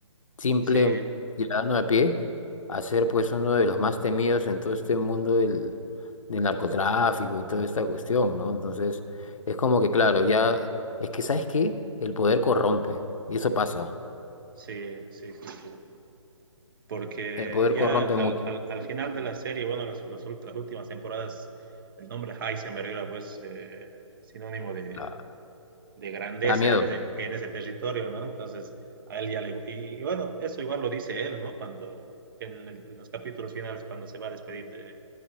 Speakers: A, on the left (about 80°); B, on the right (about 40°).
A: simple
B: Sí,
A: ciudadano a pie, a ser pues uno de los más temidos en todo este mundo del, del narcotráfico y toda esta cuestión, ¿no? Entonces, es como que, claro, ya, es que, ¿sabes qué? El poder corrompe y eso pasa.
B: sí, sí, sí, sí. porque
A: El poder
B: ya
A: corrompe
B: al,
A: mucho.
B: al, al final de la serie, bueno, las, las, las, últimas temporadas, el nombre Heisenberg era pues eh, sinónimo de,
A: da
B: de, grandeza
A: Da miedo,
B: en ese, en ese territorio, ¿no? Entonces, a él ya le... Y, y bueno, eso igual lo dice él, ¿no? Cuando en, el- en, los capítulos finales, cuando se va a despedir de,